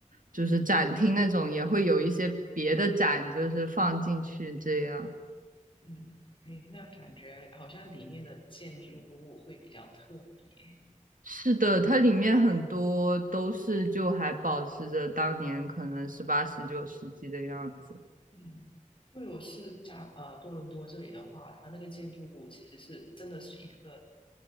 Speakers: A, on the right (about 85°); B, on the left (about 40°).
A: 就是展厅那种，也会有一些别的展就是放进去这样。
B: 嗯，诶，那感觉好像里面的建筑物会比较特别。
A: 是的，它里面很多都是就还保持着当年可能十八、十九世纪的样子，
B: 嗯，因为我是加呃多伦多这里的话，它那个建筑物其实是真的是一个